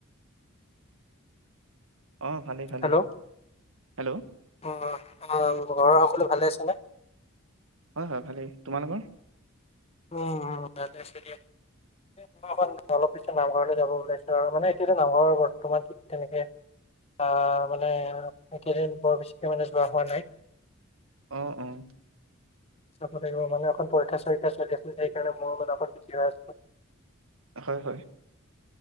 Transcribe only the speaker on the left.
hello
অ', অ', ঘৰৰ সকলো ভালে আছেনে?
উম, অলপ পিছত নামঘৰলৈ যাব ওলাইছোঁ আৰু মানে এতিয়ালৈ নামঘৰ বৰ্তমান ঠিক তেনেকে অহ, মানে কেইদিন বৰ বেছিকে মানে যোৱা হোৱা নাই।
চাব লাগিব। মানে এখন পৰীক্ষা চলি। গ সেইকাৰণে ম মখৰ বছি হৈ আছে।